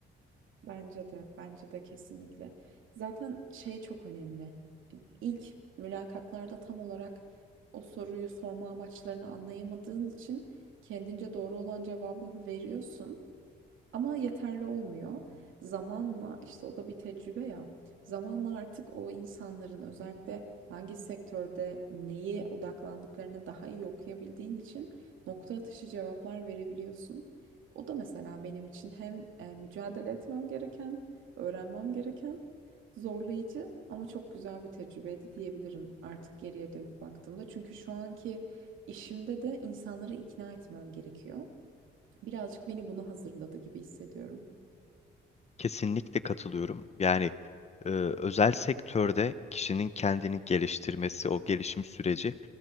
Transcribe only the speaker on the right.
Bence de, bence de kesinlikle. Zaten şey çok önemli. İlk mülakatlarda tam olarak o soruyu sorma amaçlarını anlayamadığın için kendince doğru olan cevabı veriyorsun. Ama yeterli olmuyor. Zamanla işte o da bir tecrübe ya. Zamanla artık o insanların özellikle hangi sektörde neye odaklandıklarını daha iyi okuyabildiğin için nokta atışı cevaplar verebiliyorsun. O da mesela benim için hem e, mücadele etmem gereken, öğrenmem gereken zorlayıcı ama çok güzel bir tecrübeydi diyebilirim artık geriye dönüp baktığımda. Çünkü şu anki işimde de insanları ikna etmem gerekiyor. Birazcık beni buna hazırladı gibi hissediyorum.